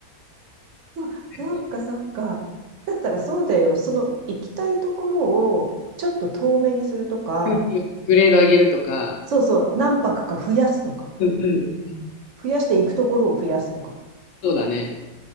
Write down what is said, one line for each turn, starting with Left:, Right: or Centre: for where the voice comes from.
Right: <laughs> そう、
Left: なんか
Right: そっかそっか。だったらそうだよ。その行きたいところをちょっと遠めにするとか、
Left: ググレード上げるとか、
Right: そうそう、何泊か増やすとか、
Left: うんうん
Right: 増やして行くところを増やすとか。
Left: そうだね。